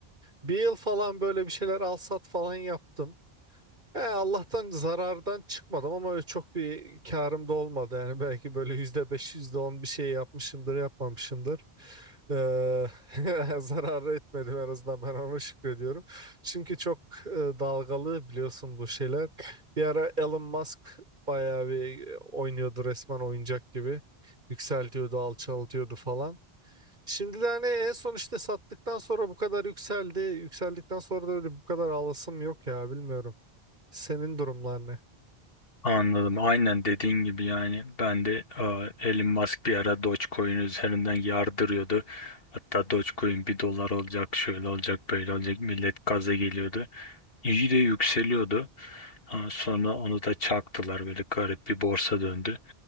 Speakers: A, on the right; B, on the left.
A: Bir yıl falan böyle bir şeyler al sat falan yaptım. E, Allah'tan zarardan çıkmadım ama öyle çok bir karım da olmadı. Yani belki böyle yüzde beş, yüzde on bir şey yapmışımdır, yapmamışımdır. Ee, <laughs> zarar etmedim en azından ben ona şükrediyorum. Çünkü çok e, dalgalı biliyorsun bu şeyler. Bir ara Elon Musk bayağı bir e, oynuyordu resmen oyuncak gibi. Yükseltiyordu, alçaltıyordu falan. Şimdi de hani en son işte sattıktan sonra bu kadar yükseldi. Yükseldikten sonra da öyle bu kadar ağlasım yok ya bilmiyorum. Senin durumlar ne?
B: Anladım. Aynen dediğin gibi yani ben de e, Elon Musk bir ara Dogecoin üzerinden yardırıyordu. Hatta Dogecoin bir dolar olacak, şöyle olacak, böyle olacak. Millet gaza geliyordu. İyi de yükseliyordu. Ha, sonra onu da çaktılar. Böyle garip bir borsa döndü.